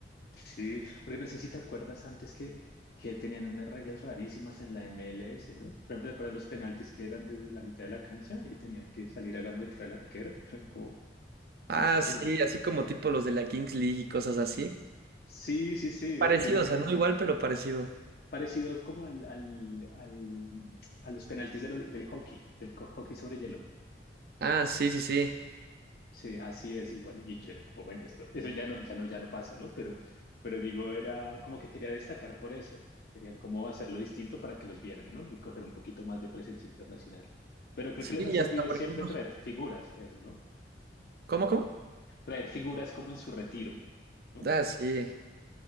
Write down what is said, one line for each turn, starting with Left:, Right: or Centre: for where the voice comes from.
Left: sí, porque no sé si te acuerdas antes que, que tenían unas reglas rarísimas en la MLS, ¿no? Por ejemplo, ¿te acuerdas los penaltis que eran desde la mitad de la cancha y tenían que salir a gambetear al arquero? <laughs> Como
Right: Ah,
Left: te extraño.
Right: sí, así como tipo los de la Kings League y cosas así.
Left: Sí, sí, sí,
Right: Parecido,
Left: eh, que
Right: o sea, no igual, pero parecido.
Left: parecido como al, al- al- a los penaltis de lo- del hockey, del co- hockey sobre hielo.
Right: Ah, sí, sí, sí.
Left: Sí, así es igual. Y yo era como, bueno, esto, eso ya no, ya no, ya no pasa, ¿no? Pero, pero digo, era como que quería destacar por eso. Querían como hacerlo distinto para que los vieran, ¿no? Y coger un poquito más de presencia internacional. Pero creo
Right: Sí,
Left: que les
Right: y
Left: ha servido
Right: hasta, por
Left: siempre
Right: ejemplo,
Left: traer
Right: su-
Left: figuras, es, ¿no?
Right: ¿cómo, cómo?
Left: Traer figuras como en su retiro, ¿no?
Right: Ah, sí.